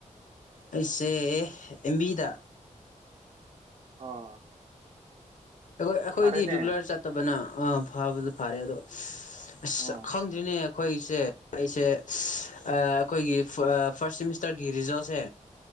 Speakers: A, on the left; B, on the right.
A: ꯑꯩꯁꯦ ꯑꯦꯝꯕꯤꯗ
B: ꯑꯣ
A: ꯑꯩꯈꯣꯏ ꯑꯩꯈꯣꯏꯗꯤ
B: ꯐꯔꯦꯅꯦ
A: ꯔꯤꯒꯨꯂꯔ ꯆꯠꯇꯕꯅ ꯑꯥ ꯐꯕꯗ ꯐꯔꯦ ꯑꯗꯣ ꯑꯁ
B: ꯑꯣ
A: ꯈꯪꯗ꯭ꯔꯤꯅꯦ ꯑꯩꯈꯣꯏꯁꯦ ꯑꯩꯁꯦ ꯑꯥ ꯑꯩꯈꯣꯏꯒꯤ ꯐꯥꯔꯁ ꯁꯤꯃꯤꯁꯇꯔꯒꯤ ꯔꯤꯖꯜꯁꯦ